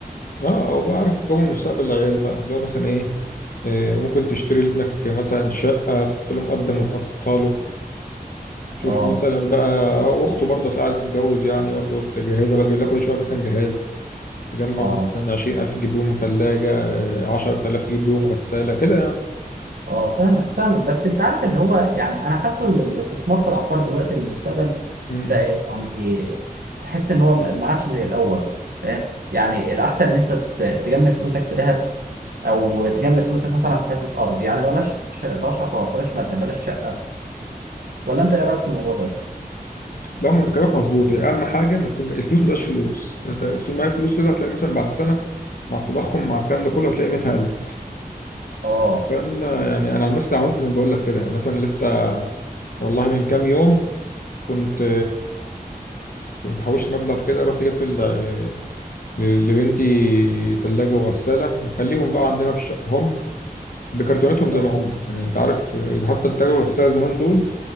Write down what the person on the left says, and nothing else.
اه أو بقى عارف تجمع مستقبل العيال بقى اللي هو مثلا إيه آه، ممكن تشتري لابنك مثلا شقة تحط له مقدم وتقسطها له تشوف
مثلا بقى آه، أخته برضه هتلاقي عايزة تتجوز يعني برضه تجهزها بقى تجيب لها كل شوية مثلا جهاز تجمع
مثلا 20000 تجيب بيهم تلاجة 10000 تجيب بيهم غسالة كده يعني
مم.
لا ما انت كلامك مظبوط يعني اهم حاجه ما تكون الفلوس ما تبقاش فلوس انت طول ما هي فلوس كده هتلاقي مثلا بعد سنه مع التضخم مع الكلام ده كله هتلاقي قيمتها قلت
لان يعني انا عن نفسي عملت زي ما بقول لك كده يعني مثلا لسه والله من كام يوم كنت كنت حوشت مبلغ كده رحت جبت ال- لبنتي ثلاجه وغساله ومخليهم بقى عندنا في شقهم بكرتونتهم
زي ما هم يعني انت عارف حتى الثلاجه والغساله زمان دول